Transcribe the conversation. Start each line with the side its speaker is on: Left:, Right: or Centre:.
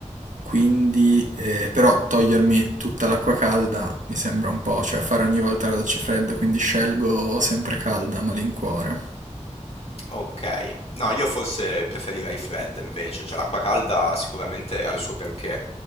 Right: Quindi, eh, però togliermi tutta l'acqua calda mi sembra un po', cioè fare ogni volta la doccia fredda, quindi scelgo sempre calda a malincuore.
Left: Ok, no, io forse preferirei fredda invece, cioè l'acqua calda sicuramente ha il suo perché,